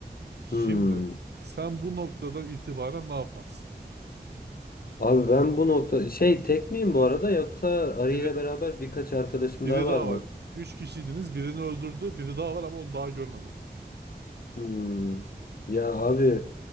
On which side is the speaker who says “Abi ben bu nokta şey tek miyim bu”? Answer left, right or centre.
Left